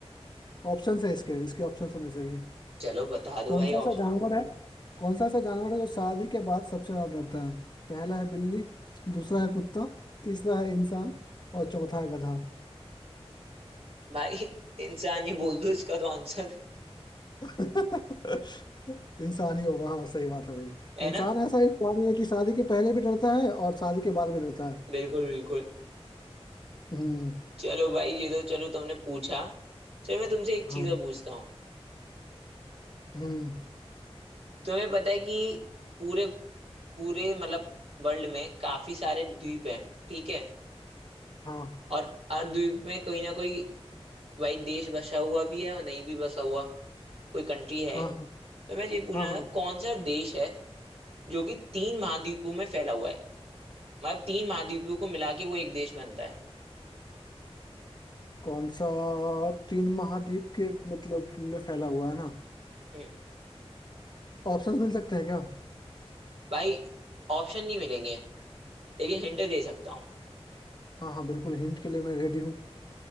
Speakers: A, on the left (about 40°); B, on the right (about 70°).
A: ऑप्शन है इसके इसके ऑप्शन होने चाहिए
B: चलो बता दो
A: कौन
B: भाई
A: सा ऐसा
B: ऑप्शन
A: जानवर है कौन सा ऐसा जानवर है जो शादी के बाद सबसे ज्यादा डरता है पहला है बिल्ली दूसरा है कुत्ता तीसरा है इंसान और चौथा है गधा
B: भाई इंसान ही बोल दो इसका तो आंसर
A: <laughs> इंसान ही होगा हाँ सही बात है भाई
B: है
A: इंसान
B: ना
A: ऐसा इंसान है कि शादी के पहले भी डरता है और शादी के बाद भी डरता है
B: बिल्कुल बिल्कुल
A: हम्म
B: चलो भाई ये तो चलो तुमने पूछा चलो मैं तुमसे एक
A: हाँ
B: चीज और पूछता हूँ
A: हम्म
B: तुम्हें पता है कि पूरे पूरे मतलब वर्ल्ड में काफी सारे द्वीप हैं ठीक है
A: हाँ
B: और हर द्वीप में कोई ना कोई भाई देश बसा हुआ भी है और नहीं भी बसा हुआ कोई कंट्री है
A: हाँ हाँ
B: तो मैं ये पूछना
A: हाँ हाँ
B: था कौन सा देश है जो कि तीन महाद्वीपों में फैला हुआ है मतलब तीन महाद्वीपों को मिला के वो एक देश बनता है
A: कौन सा तीन महाद्वीप के मतलब में फैला हुआ है ना
B: हम्म
A: ऑप्शंस मिल सकते हैं क्या
B: भाई ऑप्शन नहीं मिलेंगे लेकिन हिंट दे सकता हूँ
A: हाँ हाँ बिल्कुल हिंट के लिए मैं रेडी हूँ